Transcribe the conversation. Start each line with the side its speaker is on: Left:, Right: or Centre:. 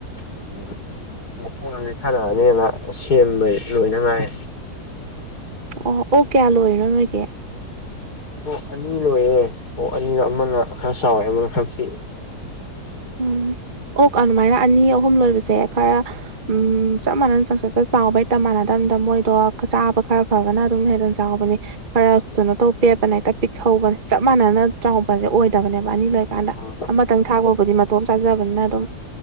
Left: ꯎꯝ ꯃꯈꯣꯡ ꯂꯝꯣꯝꯁꯦ ꯊꯥꯔꯛꯑꯅꯤꯅ ꯁꯦꯝꯕꯩ ꯂꯣꯏꯅ ꯉꯥꯏ
Right: ꯑꯣ ꯑꯣ ꯀꯌꯥ ꯂꯣꯏꯔꯤꯅꯣ ꯅꯣꯏꯒꯤꯦ
Left: ꯑꯣ ꯑꯅꯤ ꯂꯣꯏꯑꯦ ꯑꯣ ꯑꯅꯤꯗꯣ ꯑꯃꯅ ꯈꯔ ꯆꯥꯎꯋꯦ ꯑꯃꯅ ꯈꯔ ꯄꯤꯑꯦ
Right: ꯎꯝ ꯑꯣ ꯑꯗꯨꯃꯥꯏꯅ ꯑꯅꯤ ꯑꯍꯨꯝ ꯂꯣꯏꯕꯁꯦ ꯈꯔ ꯎ ꯆꯞ ꯃꯥꯟꯅꯅ ꯆꯪꯁ ꯆꯥꯎꯕ ꯍꯛꯇ ꯃꯥꯟꯅꯗꯕꯗ ꯃꯣꯏꯗꯣ ꯆꯥꯕ ꯈꯔ ꯐꯕꯅ ꯑꯗꯨꯝ ꯍꯦꯗꯅ ꯆꯥꯎꯕꯅꯤ ꯈꯔ ꯀꯩꯅꯣ ꯇꯧ ꯄꯦꯠꯄꯅ ꯄꯤꯛꯍꯧꯕꯅꯦ ꯆꯞ ꯃꯥꯟꯅꯅ ꯆꯥꯎꯉꯄꯁꯦ ꯑꯣꯏꯗꯕꯅꯦꯕ ꯑꯅꯤ ꯂꯣꯏꯀꯥꯟꯗ
Left: ꯎꯝ
Right: ꯑꯃꯇꯪ ꯊꯥꯛꯄꯕꯨꯗꯤ ꯣꯝ ꯆꯥꯖꯕꯅꯤꯅ ꯑꯗꯨꯝ